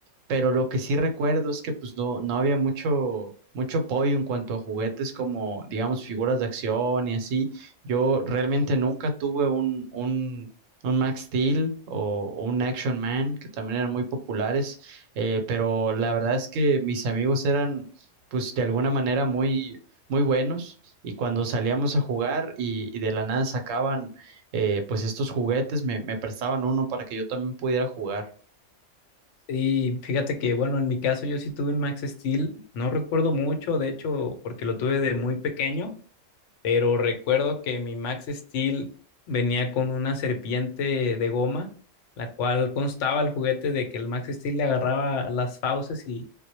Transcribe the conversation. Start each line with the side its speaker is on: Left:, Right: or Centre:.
Right: pero lo que sí recuerdo es que pues no, no había mucho, mucho apoyo en cuanto a juguetes como, digamos, figuras de acción y así. Yo realmente nunca tuve un, un, un Max Steel o, o un Action Man, que también eran muy populares, eh, pero la verdad es que mis amigos eran, pues, de alguna manera muy... muy buenos y cuando salíamos a jugar y, y de la nada sacaban eh, pues estos juguetes me, me prestaban uno para que yo también pudiera jugar.
Left: Sí, fíjate que, bueno, en mi caso yo sí tuve un Max Steel, no recuerdo mucho, de hecho, porque lo tuve de muy pequeño pero recuerdo que mi Max Steel venía con una serpiente de goma, la cual constaba el juguete de que el Max Steel le agarraba las fauces y,